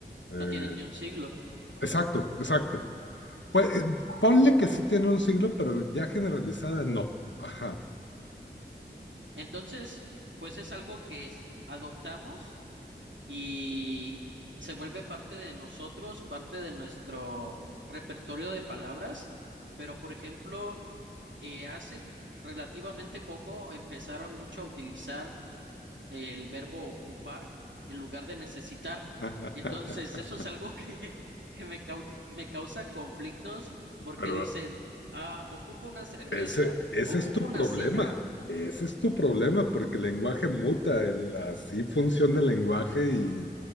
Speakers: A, on the left; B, on the right.
A: eh,
B: no tiene ni un siglo.
A: exacto, exacto. Pues eh, ponle que sí tiene un siglo, pero ya generalizada no. Ajá.
B: Entonces, pues es algo que es- adoptamos y se vuelve parte de nosotros, parte de nuestro repertorio de palabras, pero por ejemplo, eh, hace relativamente poco empezaron mucho a utilizar el verbo ocupar en lugar de necesitar.
A: <laughs>
B: Entonces, eso es algo que, <laughs> que me, cau- me causa conflictos porque
A: Pero
B: dicen, ah, ocupo una cerveza,
A: Ese, ese
B: ocupo
A: es tu
B: una
A: problema,
B: silla.
A: ese es tu problema, porque el lenguaje muta, el- así funciona el lenguaje y